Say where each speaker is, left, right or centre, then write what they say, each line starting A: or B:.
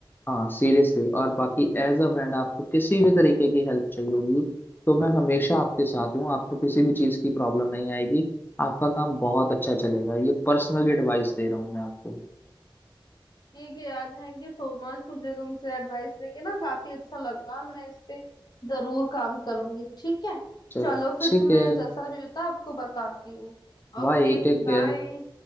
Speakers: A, on the left; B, on the left.
A: हाँ सीरियसली और बाकी एज अ ब्रांड आपको किसी भी तरीके की हेल्प चाहिए होगी तो मैं हमेशा आपके साथ हूँ आपको किसी भी चीज़ की प्रॉब्लम नहीं आएगी आपका काम बहुत अच्छा चलेगा ये पर्सनल एडवाइस दे रहा हूँ मैं आपको
B: ठीक है यार थैंक यू सो मच मुझे तुमसे एडवाइस लेके ना काफी अच्छा लगा मैं इस पे जरूर काम करूंगी ठीक है
A: चलो
B: चलो फिर
A: ठीक
B: मैं
A: है
B: जैसा भी होता है आपको बताती हूँ
A: Bye
B: Okay
A: take
B: bye
A: care